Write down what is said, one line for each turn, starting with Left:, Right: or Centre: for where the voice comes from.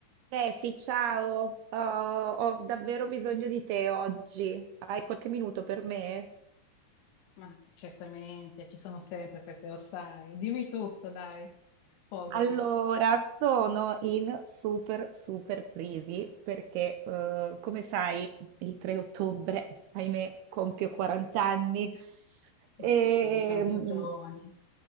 Right: Steffi, ciao, Oh, ho davvero bisogno di te oggi. Hai qualche minuto per me?
Left: Ma certamente, ci sono sempre feste, lo sai. Dimmi tutto, dai, sfogati.
Right: Allora, sono in super, super crisi perché, eh, come sai, il 3 ottobre, ahimè, compio 40 anni e
Left: Ma sì, siamo
Right: mm,
Left: più giovani.